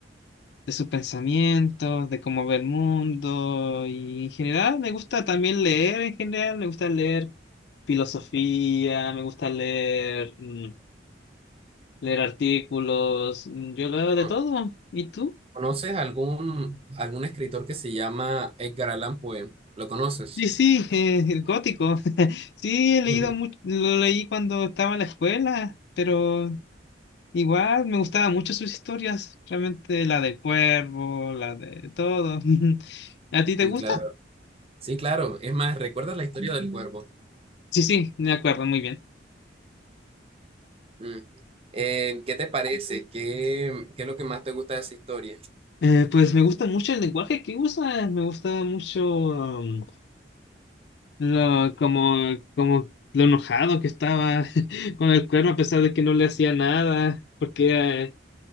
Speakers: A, on the left (about 65°); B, on the right (about 30°).
A: de sus pensamientos, de cómo ve el mundo y en general me gusta también leer, en general me gusta leer filosofía, me gusta leer, mm, leer artículos, mm, yo leo
B: ¿Cono-
A: de todo. ¿Y tú?
B: ¿Conoces algún, algún escritor que se llama Edgar Allan Poe? ¿Lo conoces?
A: Sí, sí, eh, el gótico. <laughs> Sí, he leído
B: <laughs>
A: mucho, lo leí cuando estaba en la escuela, pero igual me gustaban mucho sus historias, realmente la del cuervo, la de todo. <laughs> ¿A ti te
B: Sí,
A: gusta?
B: claro. Sí, claro. Es más, ¿recuerdas la historia del cuervo?
A: Sí, sí, me acuerdo muy bien.
B: Mm. Eh, ¿qué te parece? ¿Qué, qué es lo que más te gusta de esa historia?
A: Eh, pues me gusta mucho el lenguaje que usa, me gusta mucho um, lo, como, como lo enojado que estaba <laughs> con el cuervo a pesar de que no le hacía nada, porque eh,